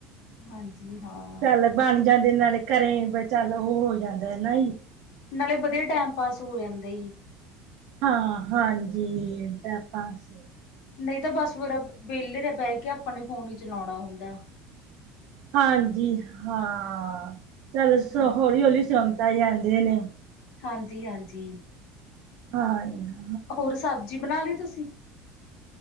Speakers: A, on the left; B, on the right.
A: ਹਾਂਜੀ, ਹਾਂ।
B: ਚਲ ਬਣ ਜਾਂਦੇ ਨਾਲੇ ਘਰੇ ਬੀ ਚਲ ਓ ਹੋ ਜਾਂਦਾ ਹੈਨਾ ਜੀ
A: ਨਾਲੇ ਵਦੀਆ ਟੈਮ ਪਾਸ ਹੋ ਜਾਂਦਾਈ।
B: ਹਾਂ, ਹਾਂਜੀ ਟੈਮ ਪਾਸ
A: ਨਈ ਤਾ ਬਸ ਫੇਰ ਅਪ ਵੈਲੇ ਜੇ ਬੈਕੇ ਅਪਾਂ ਨੇ ਫੋਨ ਈ ਚਲੋਣਾ ਹੁੰਦੈ।
B: ਹਾਂਜੀ ਹਾਂ, ਚਲ ਸ
A: ਹਾਂ
B: ਹੌਲੀ, ਹੌਲੀ ਸੋਮ ਤਾ ਜਾਂਦੇ ਨੇ।
A: ਹਾਂਜੀ, ਹਾਂਜੀ।
B: ਹਾਂ ਜੀ ਹਾ
A: ਹੋਰ ਸਬਜੀ ਬਨਾ ਲੀ ਤੂਸੀ?